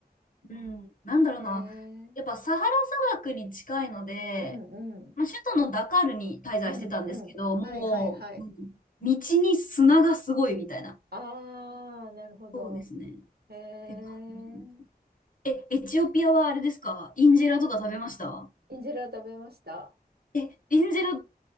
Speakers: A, on the left; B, on the right.
A: うん、なんだろうな、
B: ー、えー、
A: やっぱサハラ砂漠に近いので、
B: うん、うん、
A: まあ、首都のダカールに滞在してたんですけど、
B: うん、うん。
A: もう、
B: はい、はい、はい。
A: うん道に砂がすごいみたいな。
B: あー、なるほど。
A: そうですね。っ
B: えー、
A: て感じ。え、エチオピアはあれですかインジェラとか食べました
B: インジェラ食べました。
A: え、インジェラ